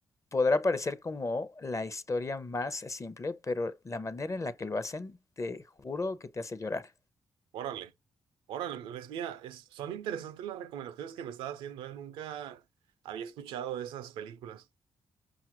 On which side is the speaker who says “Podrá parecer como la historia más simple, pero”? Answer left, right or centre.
Left